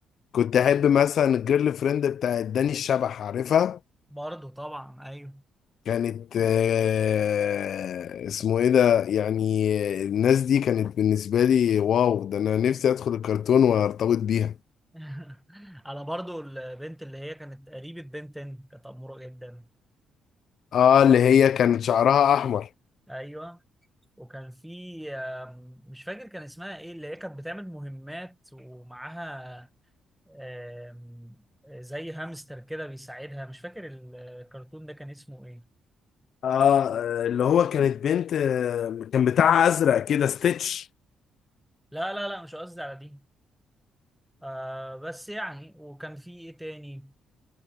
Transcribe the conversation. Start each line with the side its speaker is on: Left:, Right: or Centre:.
Left: كنت احب مثلا الجيرل فريند بتاعت داني الشبح عارفها
Centre: برضو طبعا أيوه
Left: كانت آه، اسمه ايه ده يعني الناس دي كانت بالنسبة لي واو ده انا نفسي ادخل الكرتون وارتبط بيها
Centre: <laughs> أنا برضو البنت اللي هي كانت قريبة بنتن كانت أمورة جدا
Left: اه اللي هي كانت شعرها احمر
Centre: أيوه وكان في آم، مش فاكر كان اسمها إيه اللي هي كانت بتعمل مهمات ومعاها آم، زي هامستر كده بيساعدها مش فاكر الكرتون ده كان اسمه إيه
Left: اه اللي هو كانت بنت آه، كان بتاعها ازرق كده ستيتش
Centre: لا لا لا مش قصدي على دي آه بس يعني وكان في ايه تاني